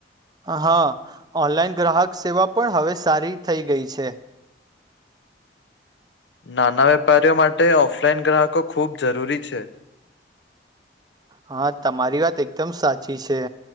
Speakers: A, on the right; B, on the left.
A: હા, ઓનલાઈન ગ્રાહક સેવા પણ હવે સારી, થઈ ગઈ છે.
B: નાના વેપારીઓ માટે ઓફલાઈન ગ્રાહકો ખૂબ જરૂરી છે.
A: હા, તમારી વાત એકદમ સાચી છે.